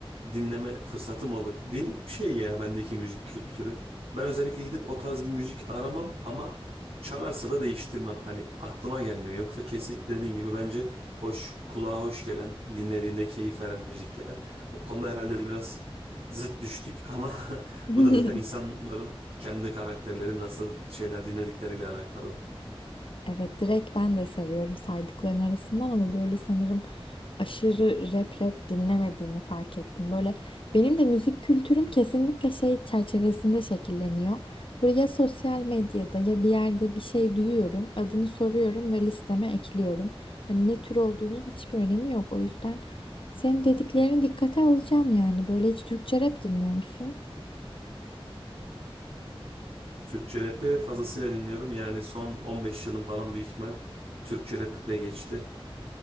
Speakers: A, on the right; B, on the left.
A: dinleme fırsatım oldu. Din şey ya bendeki müzik kültürü. Ben özellikle gidip o tarz bir müzik aramam ama çalarsa da değiştirmem. Hani aklıma gelmiyor. Yoksa kesinlikle dediğin gibi bence hoş, kulağa hoş gelen, dinlediğinde keyif veren müzikler. O konuda herhalde biraz Zıt düştük ama <laughs>
B: <laughs>
A: bu da zaten insanların
B: <laughs>
A: kendi karakterleri nasıl şeyler dinledikleriyle alakalı.
B: Evet direkt ben de seviyorum saydıkların arasından ama böyle sanırım aşırı rap rap dinlemediğimi fark ettim. Böyle benim de müzik kültürüm kesinlikle şey çerçevesinde şekilleniyor. Böyle ya sosyal medyada ya bir yerde bir şey duyuyorum, adını soruyorum ve listeme ekliyorum. Hani ne tür olduğunun hiçbir önemi yok. O yüzden senin dediklerini dikkate alacağım yani. Böyle hiç Türkçe rap dinliyor musun?
A: Türkçe rap'i fazlasıyla dinliyorum. Yani son 15 yılım falan büyük ihtimal Türkçe rap'le geçti.